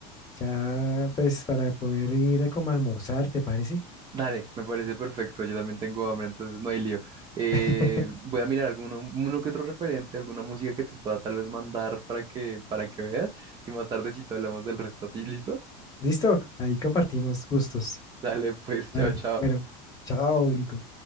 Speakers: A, on the left; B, on the right.
A: ya pues para poder ir a como a almorzar, ¿te parece?
B: Dale, me parece perfecto. Yo también tengo hambre, entonces no hay lío. Eh,
A: <laughs>
B: voy a mirar alguno, uno que otro referente, alguna música que te pueda tal vez mandar para que, para que veas y más tardecito hablamos del resto. ¿A ti ¿Listo?
A: Listo, ahí compartimos gustos.
B: Dale, pues,
A: Vale,
B: chao, chao.
A: bueno, chao, Nico.